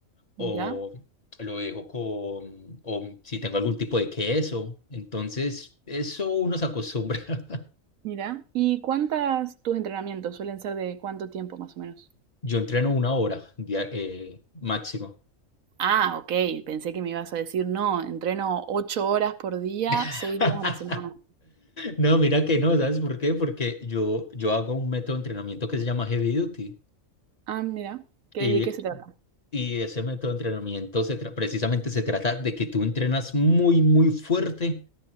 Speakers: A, on the left; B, on the right.
A: o
B: Ya.
A: lo dejo con, o si tengo algún tipo de queso. Entonces, eso uno se acostumbra. <laughs>
B: Mira, ¿y cuántas tus entrenamientos suelen ser de cuánto tiempo más o menos?
A: Yo entreno una hora dia- eh, máximo.
B: Ah, ok, pensé que me ibas a decir, no, entreno ocho horas por día,
A: <laughs>
B: seis días a la semana.
A: No, mira que no, ¿sabes por qué? Porque yo, yo hago un método de entrenamiento que se llama Heavy Duty.
B: Ah, mira, ¿qué,
A: y
B: de qué se trata?
A: Y ese método de entrenamiento se tra- precisamente se trata de que tú entrenas muy, muy fuerte,